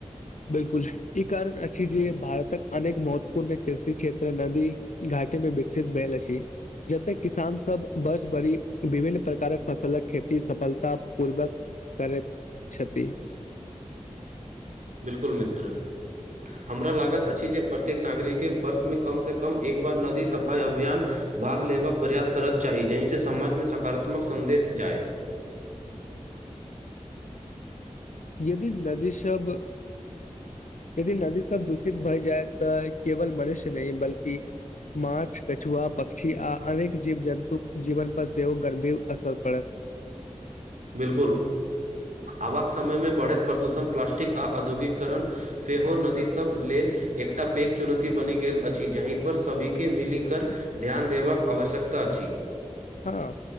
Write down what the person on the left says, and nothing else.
बिलकुल ई कारण अछि जे भारतक अनेक महत्वपूर्ण कृषि क्षेत्र नदी घाटी मे विकसित बैल अछी जते किसान सब वर्ष भरी विभिन्न प्रकारक फसलक खेती सफलता पूर्वक करैत छथि
यदि नदी सब यदि नदी सब दूषित भए जाय तऽ केवल मनुष्य नहि बल्कि माछ कछुआ पक्षी आ अनेक जीव जन्तुक जीवन पर सेहो गंभीर असर पड़त
हँ